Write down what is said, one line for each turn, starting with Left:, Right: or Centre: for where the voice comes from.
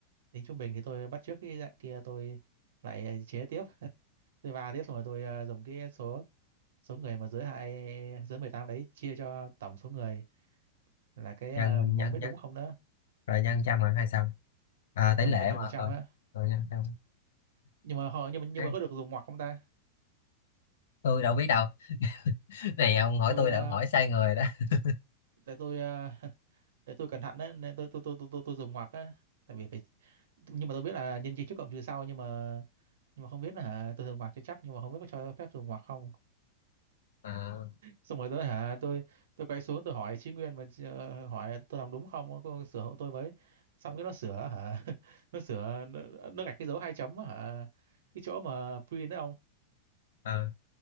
Right: tính trung bình thì tôi bắt chước cái dạng kia tôi lại chế tiếp tôi va tiếp xong rồi tôi ờ, dùng cái số số người mà dưới hai dưới 18 đấy chia cho tổng số người là cái
Left: nhân
Right: ờ, mà
Left: nhân
Right: không biết
Left: nhân
Right: đúng không nữa
Left: rồi nhân trăm là hay sao à,
Right: ở
Left: tỷ lệ
Right: nhân cho
Left: mà
Right: một trăm
Left: rồi
Right: á
Left: rồi nhân trăm
Right: nhưng mà họ nhưng mà nhưng
Left: Cái-
Right: mà có được dùng ngoặc không ta
Left: tôi đâu biết đâu <laughs> này ông hỏi
Right: tôi
Left: tôi
Right: ờ,
Left: là ông hỏi sai người đó <laughs>
Right: tại tôi ờ, để tôi cẩn thận đấy nên tôi tôi tôi tôi tôi, tôi dùng ngoặc á tại vì phải nhưng mà tôi biết là nhân chia trước cộng trừ sau nhưng mà nhưng mà không biết là hả tôi dùng ngoặc cho chắc nhưng mà không biết có cho phép dùng ngoặc không
Left: à,
Right: xong rồi tôi hả tôi tôi quay xuống tôi hỏi Chí Nguyên mà ờ, hỏi tôi làm đúng không cô sửa hộ tôi với xong cái nó sửa hả <laughs> nó sửa nó, nó gạch cái dấu hai chấm á hả cái chỗ mà print đó không
Left: à.